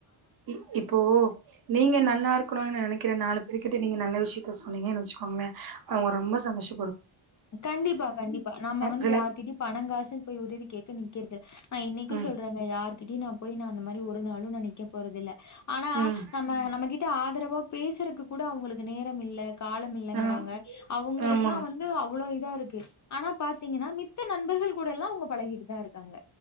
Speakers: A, on the right; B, on the left.
A: இ இப்போ நீங்க நல்லா இருக்குனுனு நெனக்கிற நாலு பேர்கிட் ட்ட நீங்க நல்ல விஷயத்த சொன்னிங்கன்னு வெச்சிக்கோங்கல அவங்க ரொம்ப சந்தோஷ
B: கண்டிப்பா கண்டிப்பா நம்ம வந்து
A: சில
B: யார்கிட்டயு பணங்காசுன்னு போய் உதவி கேக்க நிகர்து நா இன்னைக்கு
A: ம்,
B: சொல்றங்க யாருக் கிட்டியு நா போய் நா அந்த மாரி ஒரு நாளு நா நிக்க போறதில்ல ஆனா
A: ம்.
B: நம்ம நம்ம கிட் ட ஆதரவா பேசுறக்கு கூட அவங்களுக்கு நேரமில்ல காலமில்லங்குறாங்க
A: அ
B: அவங்களுக்குலா
A: ஆமா.
B: வந் து அவ்ளோ இதா இருக்கு ஆனா பாத்தீங்கன்னா மித்த நண்பர்கள் கூட எல்லா அவங்க பழகிட்டு தா இருக்காங்க